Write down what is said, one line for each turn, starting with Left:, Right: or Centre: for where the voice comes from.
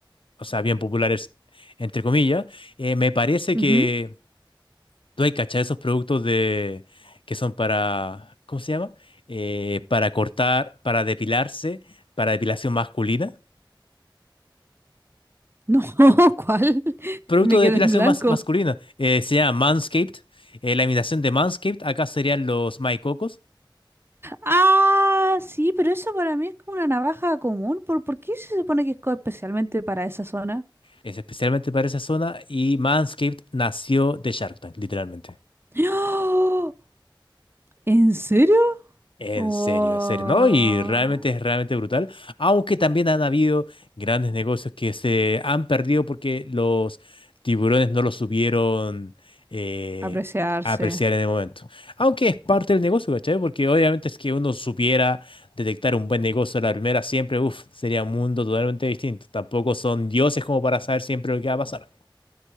Left: o sea, bien populares, entre comillas. Eh, me parece
Right: Ujú.
Left: que tú hay cachado esos productos de, que son para, ¿cómo se llama? Eh, para cortar, para depilarse, para depilación masculina.
Right: No, <laughs> ¿cuál? <laughs>
Left: producto
Right: Me
Left: de
Right: quedé
Left: depilación
Right: en blanco.
Left: más masculina. Eh, se llama Manscaped. Eh, la imitación de Manscaped acá serían los maicocos.
Right: Ah, sí, pero eso para mí es como una navaja común. ¿Por, por qué se supone que es co- especialmente para esa zona?
Left: Es especialmente para esa zona. Y Manscaped nació de Shark Tank, literalmente.
Right: ¡Oh! ¿En serio?
Left: En
Right: Wow,
Left: serio, en serio, ¿no? Y realmente es realmente brutal, aunque también han habido grandes negocios que se han perdido porque los tiburones no los supieron eh,
Right: apreciarse.
Left: apreciar en el momento. Aunque es parte del negocio, ¿cachai? Porque obviamente es que uno supiera detectar un buen negocio a la primera, siempre, uff, sería un mundo totalmente distinto. Tampoco son dioses como para saber siempre lo que va a pasar.